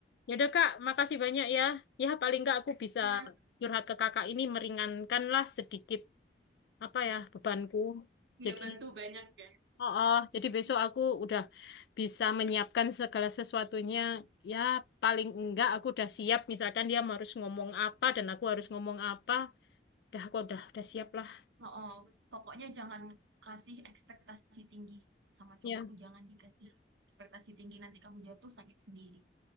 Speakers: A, on the left; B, on the right.
A: Ya udah Kak, makasih banyak ya. Ya paling nggak aku bisa
B: Ya,
A: curhat ke Kakak ini meringankan lah sedikit apa ya bebanku.
B: nggak
A: Jadi
B: bantu banyak ya. <laughs>
A: Oh, oh, jadi besok aku udah bisa menyiapkan segala sesuatunya. Ya, paling enggak aku udah siap. Misalkan dia harus ngomong apa dan aku harus ngomong apa. Dah, aku udah udah siap lah.
B: Oh, pokoknya jangan kasih ekspektasi tinggi sama cowok
A: Ya,
B: tuh jangan dikasih ekspektasi tinggi nanti kamu jatuh sakit sendiri.